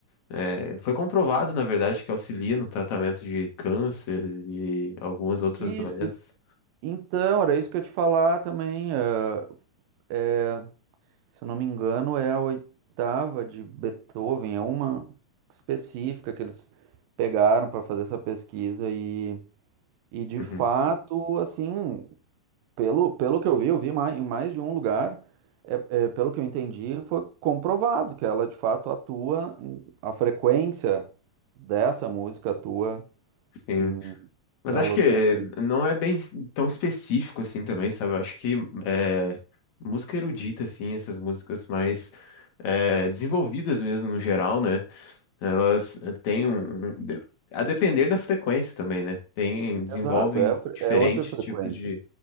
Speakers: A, on the left (about 60°); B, on the right (about 80°).
A: é, Foi comprovado, na verdade, que auxilia no tratamento de câncer e algumas outras
B: Isso,
A: doenças.
B: e- então, era isso que eu ia te falar também, ah, é, se eu não me engano, é a oitava de Beethoven, é uma específica que eles pegaram para fazer essa pesquisa e, e de
A: Uhum,
B: fato, assim... Pelo, pelo que eu vi, eu vi mais, em mais de um lugar, é, é, pelo que eu entendi, foi comprovado que ela de fato atua, em- a frequência dessa música atua
A: Sim.
B: em
A: Mas
B: células
A: acho que
B: cancerígenas.
A: não é bem tão específico assim também, sabe? Eu acho que é, música erudita, assim, essas músicas mais é, desenvolvidas mesmo no geral, né? Elas eh, têm um, um- de- a depender da frequência também, né? Tem, desenvolvem
B: Exato, é, a fre-
A: diferentes
B: é outra frequência.
A: tipos de